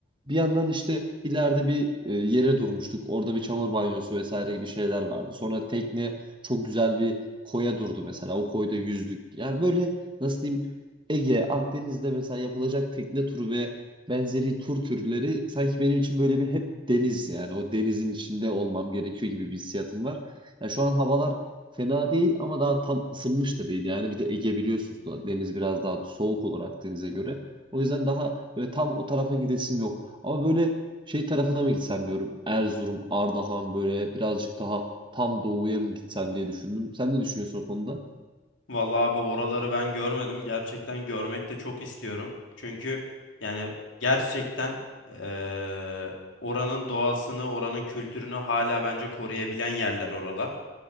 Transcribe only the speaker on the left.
Vallahi abi oraları ben görmedim. Gerçekten görmek de çok istiyorum. Çünkü yani gerçekten e, oranın doğasını, oranın kültürünü hala bence koruyabilen yerler oralar.